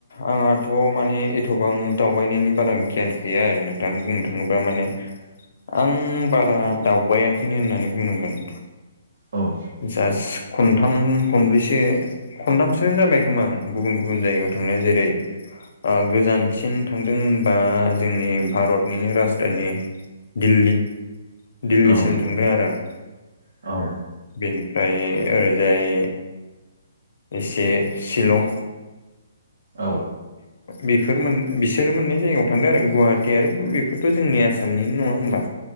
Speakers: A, on the left; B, on the right.
A: आंहाथ' माने एथ'बां दावबायनायनि बारा गियान गैया आरो नोंथां बुंनो थाङोब्ला माने आं बारा दावबायाखैनो होननानै बुंनांगोन
B: औ
A: जास्ट खनथाम खनब्रैसो खनथामसो <unintelligible> जाबाय खोमा आं गुबुन गुबुन जायगायाव थांनाया जेरै गोजानसिन थांदों होनबा जोंनि भारतनिनो राजधानि दिल्ली दिल्लीसिम
B: औ
A: थांबाय आरो आं
B: औ
A: बेनिफ्राय ओरैजाय एसे शिलं
B: औ
A: बेफोराव बिसोरो मोननै जायगायाव थांदों आरो गुवाहाटि आरो बेफोरथ' जोंनि आसामनिनो नङा होमबा